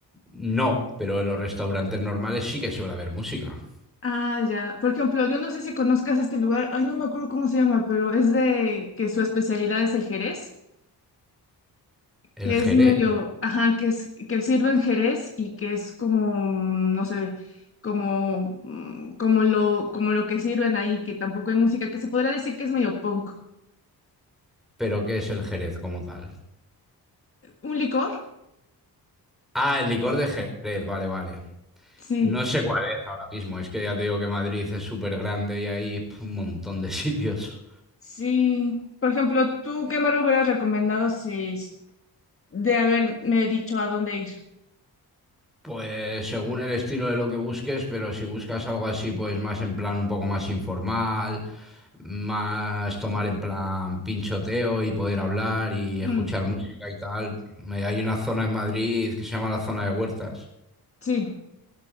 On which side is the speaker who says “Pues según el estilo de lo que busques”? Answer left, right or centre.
Centre